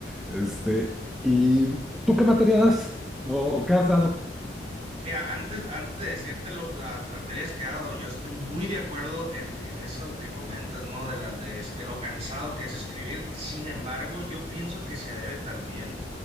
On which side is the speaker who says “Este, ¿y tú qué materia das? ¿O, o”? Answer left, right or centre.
Centre